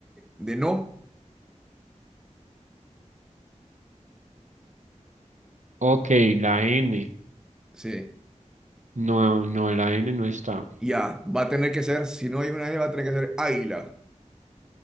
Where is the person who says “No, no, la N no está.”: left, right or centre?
Right